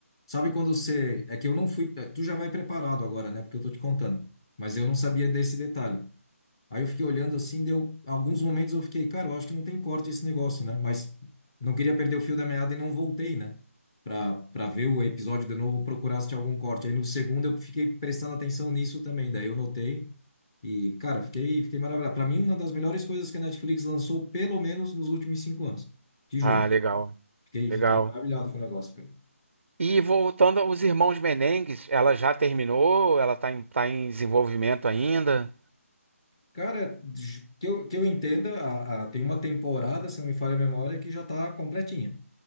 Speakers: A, on the left; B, on the right.
A: Sabe quando você. É que eu não fui. é, Tu já vai preparado agora, né? Porque eu tô te contando. Mas eu não sabia desse detalhe. Aí eu fiquei olhando assim, deu. Alguns momentos eu fiquei, cara, eu acho que não tem corte esse negócio, né? Mas não queria perder o fio da meada e não voltei, né? Pra, pra ver o episódio de novo, procurar se tinha algum corte. Aí no segundo eu fiquei prestando atenção nisso também. Daí eu notei. E, cara, fiquei, fiquei maravilhado. Pra mim, uma das melhores coisas que a Netflix lançou, pelo menos nos últimos cinco anos. Te juro.
B: Ah, legal.
A: Fiquei,
B: Legal.
A: fiquei maravilhado com o negócio, cara.
B: E voltando aos Irmãos Menengues, ela já terminou? Ela tá em, tá em desenvolvimento ainda?
A: Cara, de- que eu, que eu entenda, a, a- tem uma temporada, se não me falha a memória, que já está completinha,